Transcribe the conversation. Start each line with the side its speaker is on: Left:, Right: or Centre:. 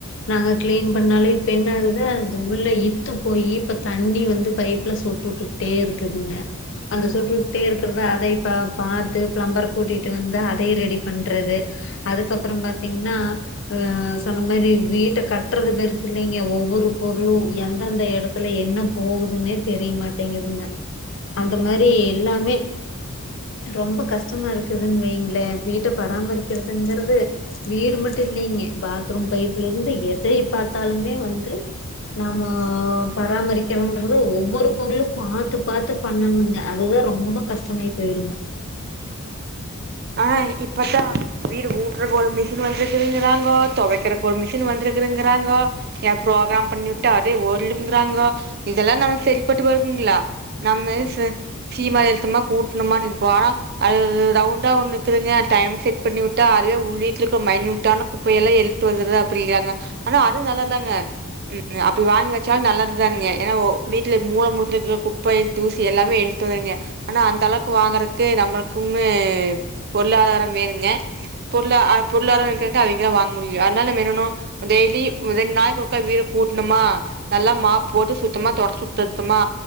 Left: நாங்க கிளீன் பண்ணாலும் இப்ப என்ன ஆகுது அது உள்ள இத்து போய் இப்ப தண்ணி வந்து பைப் அல சொட்டு விட்டுக்கிட்டே இருக்குதுங்க அந்த சொட்டுவிட்டே இருக்கிறத அதை பாத்து பிளம்பர் கூட்டிட்டு வந்து அதை ரெடி பண்றது அதுக்கப்புறம் பாத்தீங்கன்னா அஹ சொன்ன மாதிரி வீட்டை கட்டுறது பெருசு இல்லைங்க ஒவ்வொரு பொருளும் எந்தெந்த இடத்துல என்ன போகுதுன்னே தெரிய மாட்டேங்குதுங்க அந்த மாரி எல்லாமே ரொம்ப கஷ்டமா இருக்குதுன்னு வைங்களே வீட்ட பராமரிக்கிறதுங்கறது வீடு மட்டும் இல்லைங்க பாத்ரூம் பைப்ல இருந்து எதை பாத்தாலுமே வந்து நாம பராமரிக்கிறோன்றது ஒவ்வொரு பொருளு பாத்து பாத்து பண்ணணுங்க அதுவே ரொம்ப கஷ்டமாய் போயிருங்க
Right: ஆ இப்பத்தா வீடு ஊட்றக்கு ஒரு மிஷின் வந்துருக்குதுங்கறாங்கோ தொவைக்கிறக் ஒரு மிஷினு வந்துருக்குதுங்கிறாங்கோ ஏப் ப்ரோக்ராம் பண்ணிவுட்டே அடே ஓர்லும்கிறாங்கோ இதெல்லா நமக் செரிபட்டு வருங்ளா நம்ம ச சீமார் எத்தமா கூட்னமான்னு இருப்போ ஆனா அது ரவுண்டா ஒன்னு இக்குதுங்க டைம் செட் பண்ணி விட்டா அதுவே உள்ளிட்ருக்கு மைனியூட்டான குப் பே எல்லா எழுட்டு வந்துருதா அப்டிகாங்க ஆனா அடு நல்லால்தாங்க அப்பி வாங்கி வெச் ச்சாலு நல்லதுதானுங்கே எனா ஓ வீட்லே மூல முழுக்க இருக்கிற குப்பை தூசி எல்லாமே இழுத்து வந்துருங்க ஆனா அந்த அளவுக்கு வாங்கறக்கு நம்முளுக் கும்மே பொருளாதாரம் வேணுங்க பொருளா அ பொருளாதாரம் <unintelligible> அவிங்கதா வாங் முடியு அத்னால நம்ம என்னனோ டெய்லி ரெண் நாளைக்கு ஒருக்கா வீடக் கூட்ணமா நல்லா மாப் போட்டு சுத்தமா தொடச்சுட் எடுத்தமா